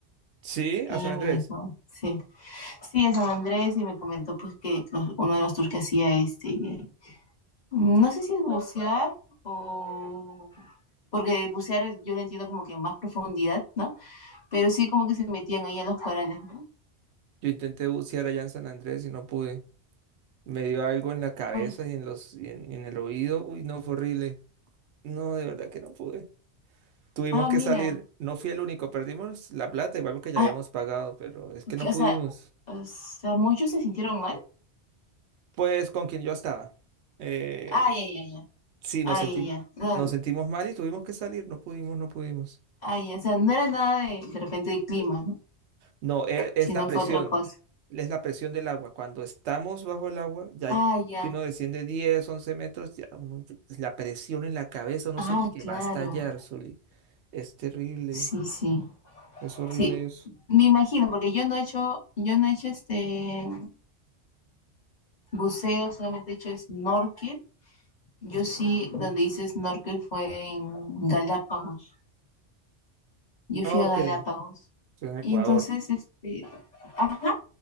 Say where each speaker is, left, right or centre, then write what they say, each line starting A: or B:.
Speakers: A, on the right (about 75°); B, on the left (about 45°).
A: Sí,
B: Y
A: a San
B: ella
A: Andrés.
B: me dijo, sí. Sí, a San Andrés y me comentó pues que los- uno de los tours que hacía este, Mm, No sé si es bucear o... Porque bucear yo lo entiendo como que a más profundidad, ¿no? Pero sí como que se metían ahí a los corales, ¿no?
A: Yo intenté bucear allá en San Andrés y no pude. Me dio algo en la cabeza
B: Por-
A: y en los, y en, y en el oído. Uy, no, fue horrible. No, de verdad que no pude. Tuvimos
B: Ah,
A: que
B: mira.
A: salir. No fui el único. Perdimos la plata, igual que ya
B: Ah,
A: habíamos pagado, pero es que
B: que-
A: no
B: o
A: pudimos.
B: sea, o sea, muchos se sintieron mal.
A: Pues con quien yo estaba. Eh,
B: Ay, ay, ay, ay.
A: sí, nos
B: Ay,
A: sentimos,
B: ay, ay. No,
A: nos sentimos mal y tuvimos que salir. No pudimos, no pudimos.
B: ay, ya. o sea, no era nada de, de repente de clima, ¿no?
A: No, e- es
B: Sino
A: la presión,
B: fue otra cosa.
A: es la presión del agua. Cuando estamos bajo el agua, ya
B: Ah, ya.
A: que uno desciende 10, 11 metros, ya uno- la presión en la cabeza, uno siente
B: Ah,
A: que
B: claro.
A: va a estallar, Zuli. Es terrible,
B: Sí, sí.
A: es horrible
B: Sí.
A: eso.
B: Me imagino, porque yo no he hecho, yo no he hecho este buceo, solamente he hecho snorkel Yo sí, donde dices snorkel fue en Galápagos. Yo
A: Ok,
B: fui a Galápagos.
A: estoy en Ecuador.
B: Y entonces, este, ajá.